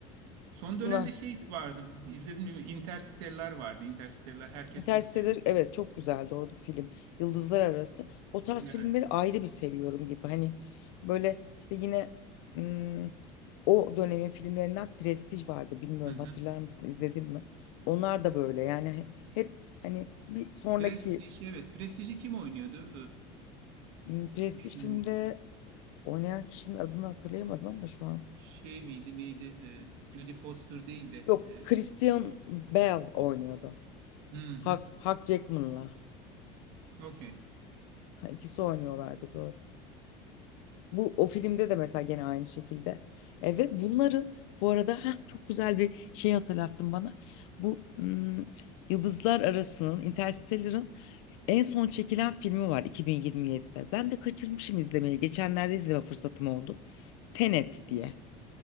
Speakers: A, on the right (about 70°); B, on the left (about 85°).
A: son
B: Buna
A: dönemde şey vardı, izledim mi? Interstellar vardı. Interstellar herkes
B: Interstellar
A: çok seviyordu.
B: evet çok güzeldi o film. Yıldızlar Arası. O tarz
A: Evet.
B: filmleri ayrı bir seviyorum gibi. Hani böyle işte yine ım, o dönemin filmlerinden Prestij vardı. Bilmiyorum
A: Hı hı.
B: hatırlar mısın izledin mi? Onlar da böyle yani he- hep hani bir sonraki
A: Prestige, evet. Prestige'i kim oynuyordu?
B: ım, Prestij
A: Ee, şimdi
B: filmde oynayan kişinin adını hatırlayamadım ama şu an.
A: şey miydi, neydi? Ee, Jodie Foster değil de.
B: Yok,
A: ee,
B: Christian Bale oynuyordu.
A: hı
B: Hugh,
A: hı.
B: Hugh Jackman'la.
A: Okey.
B: Ha, ikisi oynuyorlardı doğru. Bu o filmde de mesela gene aynı şekilde. E, ve bunların bu arada heh, çok güzel bir şey hatırlattın bana. Bu mm, Yıldızlar Arası'nın Interstellar'ın en son çekilen filmi var 2027'de. Ben de kaçırmışım izlemeyi. Geçenlerde izleme fırsatım oldu. Tenet diye.